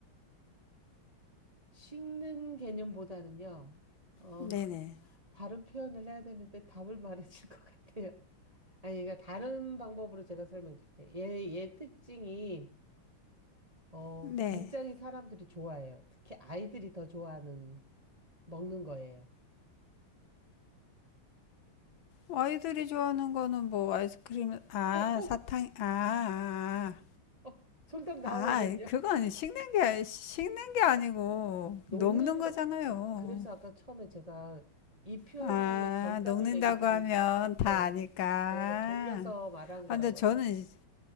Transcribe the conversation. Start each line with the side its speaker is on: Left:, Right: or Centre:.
Right: 식는 개념보다는요, 어,
Left: 네네,
Right: <laughs> 다른 표현을 해야 되는데 답을 말해줄 것 같아요. 아니, 그러니까 다른 방법으로 제가 설명드릴게요. 얘, 얘 특징이, 어,
Left: 네.
Right: 굉장히 사람들이 좋아해요. 특히 아이들이 더 좋아하는, 먹는 거예요.
Left: 아이들이 좋아하는 거는 뭐 아이스크림, 아,
Right: 어, 어,
Left: 사탕, 아, 아,
Right: 어, 정답 나와버렸네요.
Left: 아, 그건 식는 게, 식는 게 아니고
Right: 녹는
Left: 녹는 거잖아요.
Right: 거, 그래서 아까 처음에 제가 이 표현을
Left: 아,
Right: 하면 정답을
Left: 녹는다고
Right: 얘기 들은,
Left: 하면 다
Right: 예,
Left: 아니까.
Right: 예, 돌려서 말한 거라고요.
Left: 아, 근데 저는